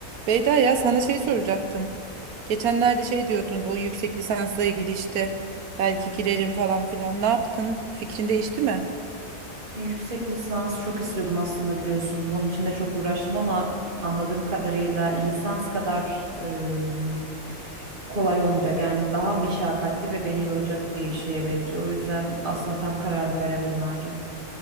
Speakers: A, on the right; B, on the right.
A: Beyda ya sana şey soracaktım. Geçenlerde şey diyordun bu yüksek lisansla ilgili işte belki girerim falan filan. Ne yaptın? Fikrin değişti mi?
B: Yüksek lisans çok istiyordum aslında biliyorsun. Bunun için de çok uğraştım ama anladığım kadarıyla lisans kadar e, kolay olmayacak. Yani daha meşakkatli ve beni yoracak bir şeye benziyor. O yüzden aslında tam kararımı veremedim hala.